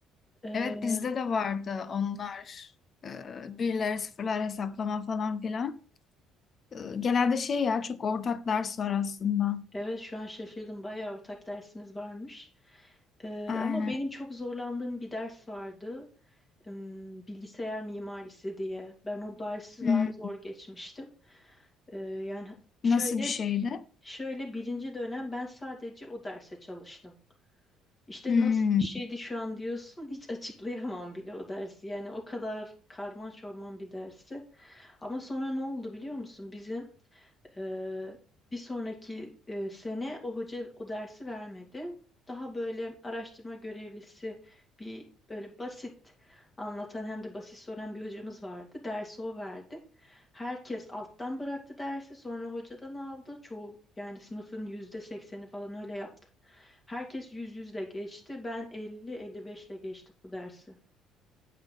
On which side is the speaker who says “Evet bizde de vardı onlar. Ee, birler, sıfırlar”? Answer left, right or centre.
Left